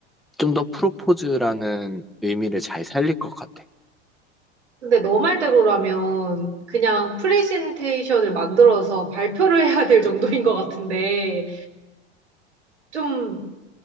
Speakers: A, in the centre; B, on the right.
A: 좀 더 프로포즈라는 의미를 잘 살릴 것 같아.
B: 근데 너 말대로라면 그냥 프레젠테이션을 만들어서 발표를 해야 될 정도인 것 같은데, 좀